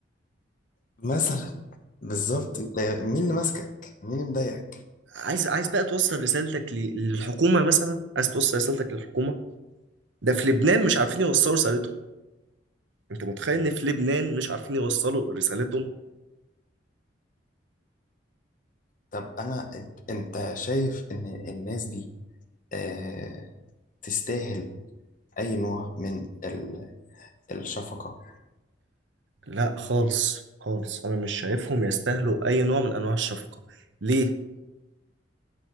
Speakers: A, on the left (about 45°); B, on the right (about 75°).
A: مثلا بالظبط انت مين اللي ماسكك مين اللي مضايقك
B: عايز عايز بقى توصل رسالتك ل- للحكومة مثلا عايز توصل رسالتك للحكومة ده في لبنان مش عارفين يوصلوا رسالتهم انت متخيل ان في لبنان مش عارفين يوصلوا رسالتهم
A: طب انا انت أنت شايف ان الناس دي آه تستاهل اي نوع من ال- الشفقه
B: لا خالص خالص انا مش شايفهم يستاهلوا اي نوع من انواع الشفقة ليه